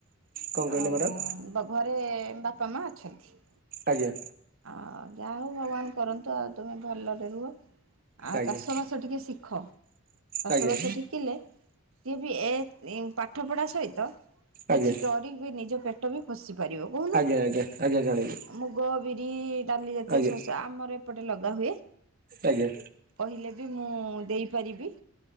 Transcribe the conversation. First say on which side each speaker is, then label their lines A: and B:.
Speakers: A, on the right (about 40°); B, on the right (about 65°).
A: କଣ କହିଲେ
B: ଆଉ
A: ମ୍ୟାଡ଼ାମ
B: ଘରେ ବାପା ମା ଅଛନ୍ତି।
A: ଆଜ୍ଞା।
B: ଆଉ ଯାହା ହଉ ଭଗବାନ କରନ୍ତୁ ଆଉ ତୁମେ ଭଲରେ ରୁହ। ଆଉ
A: ଆଜ୍ଞା
B: ଚାଷବାସ ଟିକେ ଶିଖ ଚାଷବାସ
A: ଆଜ୍ଞା
B: ଟିକିଲେ ସିଏ ବି ଏ ପାଠ ପଢା ସହିତ କିଛି
A: ଆଜ୍ଞା
B: କରିକି ନିଜ ପେଟ ବି ପୋସି ପାରିବ କହୁନା
A: ଆଜ୍ଞା ଆଜ୍ଞା ଆଜ୍ଞା ଜାଣିଲି
B: ମୁଗ ବି ଡାଲି ଜାତୀୟ
A: ଆଜ୍ଞା
B: ଶସ୍ୟ ଆମର ଏପଟେ ଲଗା ହୁଏ।
A: ଆଜ୍ଞା।
B: କହିଲେ ବି ମୁଁ ଦେଇପାରିବି।